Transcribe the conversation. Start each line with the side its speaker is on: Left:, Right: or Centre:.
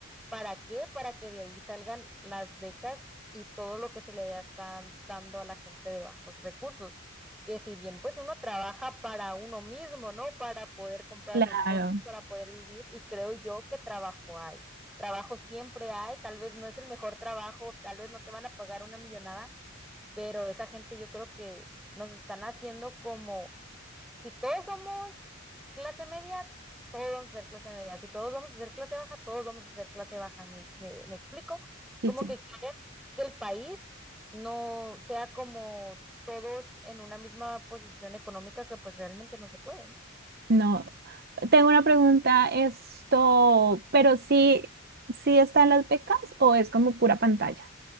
Centre: ¿Para qué? Para que de ahí salgan las becas y todo lo que se le están dando a la gente de bajos recursos. Que si bien pues uno trabaja para uno mismo, ¿no? Para poder comprar
Right: Claro,
Centre: sus cosas, para poder vivir y creo yo que trabajo hay. Trabajo siempre hay, tal vez no es el mejor trabajo, tal vez no te van a pagar una millonada, pero esa gente yo creo que nos están haciendo como si todos somos clase media, todos vamos a ser clase media. Si todos vamos a ser clase baja, todos vamos a ser clase baja. ¿Me, me, me explico?
Right: sí,
Centre: Como
Right: sí.
Centre: que quieren que el país no sea como todos en una misma posición económica que pues realmente no se puede, ¿no?
Right: No, tengo una pregunta, esto, pero sí, sí están las becas o es como pura pantalla?